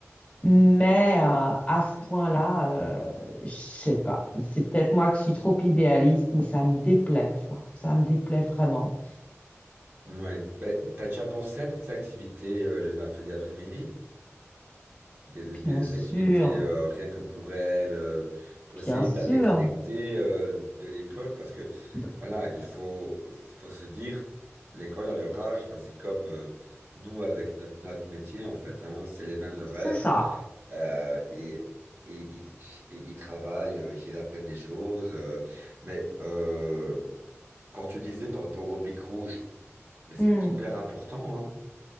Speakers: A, on the left; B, on the right.
A: Mais euh, à ce point-là, euh, je sais pas. C'est peut-être moi qui suis trop idéaliste, mais ça me déplaît, tu vois. Ça me déplaît vraiment.
B: Ouais. Ben, t'as déjà pensé à des activités, euh, le mercredi après-midi? des,
A: Bien
B: des
A: sûr,
B: activités euh, rien que pour elle, euh, pour
A: bien
B: essayer
A: sûr.
B: de la déconnecter euh, de l'école, parce que
A: Donc,
B: voilà, il faut, faut se dire, l'école à leur âge, bah, c'est comme euh, nous avec notre, notre métier en fait, hein, c'est les mêmes horaires
A: C'est ça.
B: euh, et, et, ils et ils travaillent, euh, ils apprennent des choses, euh, mais euh, quand tu disais par rapport au bic rouge, mais c'est
A: Hmm,
B: hyper important, hein,